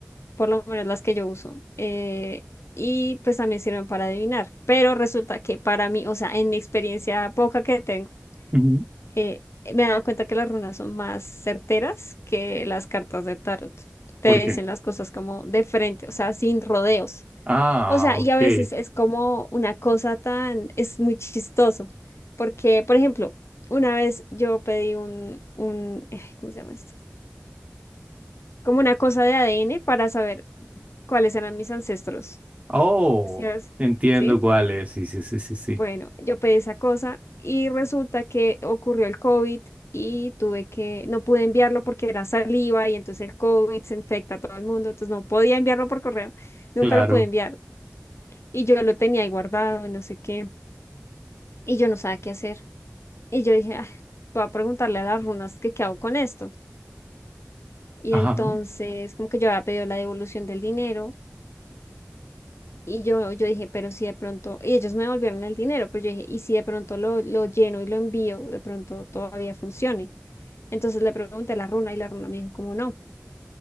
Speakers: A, on the left; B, on the right.
A: por lo menos las que yo uso. eh, y pues también sirven para adivinar. Pero resulta que para mí, o sea, en mi experiencia poca que tengo,
B: Ujú.
A: eh, me he dado cuenta que las runas son más certeras que las cartas de tarot. Te
B: ¿Por qué?
A: dicen las cosas como de frente, o sea, sin rodeos.
B: Ah,
A: O sea,
B: ok.
A: y a veces es como una cosa tan, es muy chistoso, porque, por ejemplo, una vez yo pedí un, un, eh, ¿cómo se llama esto? Como una cosa de ADN para saber cuáles eran mis ancestros.
B: Oh,
A: ¿Sí? ¿Sabes?
B: entiendo
A: ¿Sí?
B: cuál es. Sí, sí, sí, sí, sí.
A: Bueno, yo pedí esa cosa y resulta que ocurrió el COVID y tuve que, no pude enviarlo porque era saliva y entonces el COVID se infecta a todo el mundo, entonces no podía enviarlo por correo, nunca
B: Claro.
A: lo pude enviar y yo lo tenía ahí guardado y no sé qué y yo no sabía qué hacer y yo dije, "Ah, voy a preguntarle a las runas que qué hago con esto y
B: Ajá,
A: entonces como que yo había pedido la devolución del dinero y yo, yo dije, pero si de pronto, y ellos me devolvieron el dinero, pero yo dije, y si de pronto lo, lo lleno y lo envío, de pronto todavía funcione. Entonces le pregunté a la runa y la runa me dijo, como no,